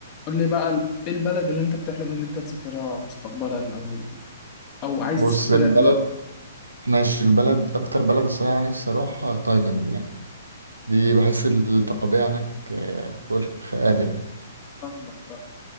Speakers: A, on the left; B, on the right.
A: قول لي بقى ال- ايه البلد اللي انت بتحلم ان انت تسافرها مستقبلا او او عايز
B: بص
A: تسافرها
B: البلد
A: دلوقتي
B: ماشي البلد أكتر بلد الصراحة نفسي أروحها تايلاند يعني دي بحس الطبيعة هناك آه، فوق الخيال يعني
A: فاهمك فاهم